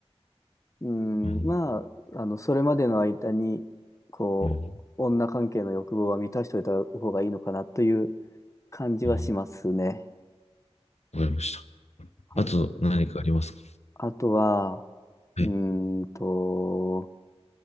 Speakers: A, on the left (about 30°); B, on the left (about 75°).
A: うん、
B: うん。
A: まあ、あの、それまでの間に、こう、
B: うん。
A: 女関係の欲望は満たしておいた方がいいのかなという感じはしますね。
B: うんわかりました。
A: はい。
B: あと何かありますか
A: あとは、
B: はい。
A: うーんと、